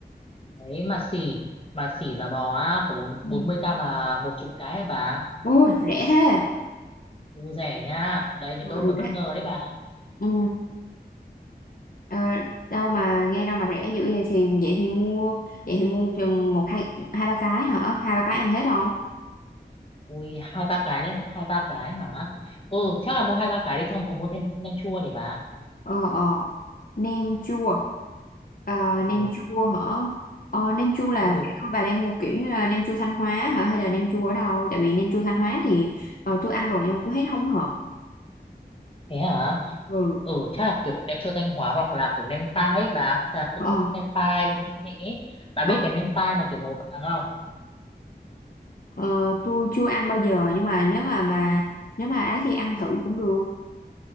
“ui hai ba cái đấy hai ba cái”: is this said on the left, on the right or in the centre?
Left